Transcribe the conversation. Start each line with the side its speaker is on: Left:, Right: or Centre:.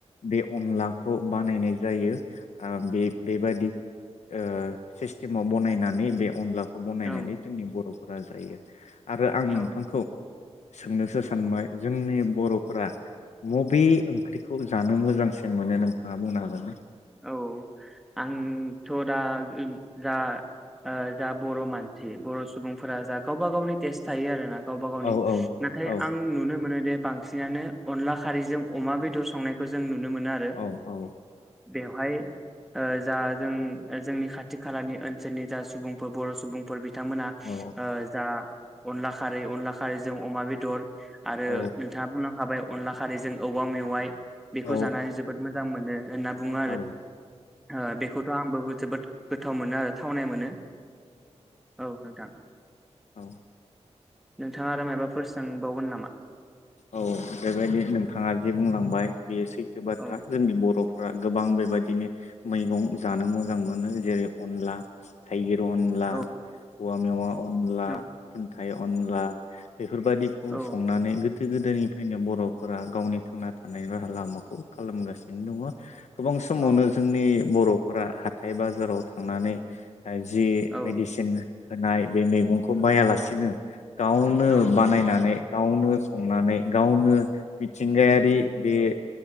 Left: बे अनलाखौ बानायनाय जायो। ओ बे-बेबादि ओ सिस्टेमाव बनायनानै बे अनला बनायनानै
Centre: औ
Left: जोंनि बर'फोर बा जायो। आरो आं
Centre: औ
Left: नोंथांखौ सोंनोसो सानबाय जों जोंनि बर'फोरा मबे ओंख्रिखौ जानो मोजांसिन मोनो नोंथाङा बुंनो हागोन ना?
Centre: औ आंथ' दा जा ओ जा बर' मानसि बर' सुबुंफोरा जा गावबा गावनि टेस्ट थायो आरोना। गावबा गावनि
Left: औ औ
Centre: नाथाय
Left: औ
Centre: आं नुनो मोनोदि बांसिनानो अनला खारैजों अमा बेदर संनायखौ जों नु नो मोनो आरो
Left: औ औ
Centre: औ। बेवहाय ओ जा जों जोंनि खाथि खालानि ओनसोलनि जा सुबुंफोर बर' सुबुंफोर बिथांमोना ओ
Left: औ
Centre: जा अनला खारै अनला खारैजों अमा बेदर आरो
Left: औ
Centre: नोंथाङा बुंलांखाबाय अनला खारैजों औवा मेवाइ बेखौ
Left: औ
Centre: जानानै जोबोद मोजां मोनो होनना। आरो
Left: औ
Centre: ओ बेखौथ' आं बो जोबोद गोथाव मोनो आरो। थावनाय मोनो औ नोंथां।
Left: औ
Centre: नोंथाङा आरो मायबाफोर सोंबावगोन नामा?
Left: औ बेबायदि नोंथाङा जे बुंलांबाय बेयो सै थो बाथ्रा
Centre: औ
Left: जोंनि बर' फ्रा गोबां बेबायदिनो मैगं जानो मोजां मोनो जेरै अनला थाइगिर, अनला
Centre: औ
Left: औवा मेवा अनला
Centre: औ
Left: खुन थाय अनला बेफोरबादिखौ
Centre: औ
Left: संनानै गोदो गोदो गोदोनिफ्रायनो बर'फोरा गावनि थांना थानायनि राहा लामाखौ खालामगासिनो दङ। गोबां समावनो
Centre: औ
Left: जोंनि बर'फोरा हाथाय बाजाराव थांनानै जि
Centre: औ
Left: मेडिसिन होनाय बे मैगंखौ बायालासिनो गावनो
Centre: औ
Left: बानायनानै गावन संनानै गावनो मिथिंगायारि बे